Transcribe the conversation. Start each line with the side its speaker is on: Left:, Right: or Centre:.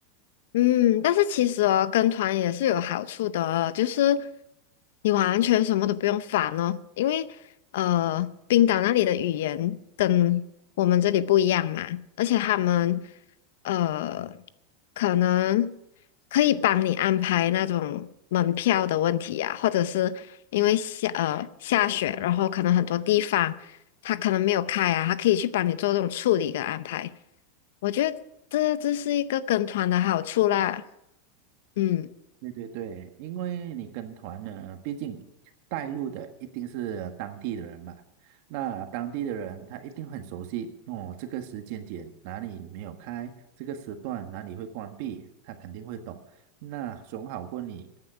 Left: 嗯，但是其实哦，跟团也是有好处的哦，就是你完全什么都不用烦哦，因为呃，冰岛那里的语言跟我们这里不一样嘛，而且他们呃，可能可以帮你安排那种门票的问题呀、或者是因为下呃下雪，然后可能很多地方。他可能没有开啊，他可以去帮你做这种处理跟安排。我觉得这这是一个跟团的好处啦。嗯，
Right: 对对对，因为你跟团呢，毕竟带路的一定是当地的人嘛，那当地的人他一定很熟悉哦，这个时间点哪里没有开，这个时段哪里会关闭，他肯定会懂，那总好过你